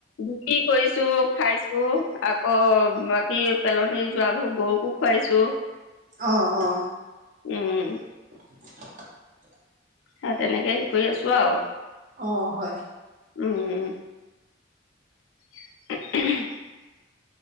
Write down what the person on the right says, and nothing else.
অ অ
<inaudible>
অহ হয়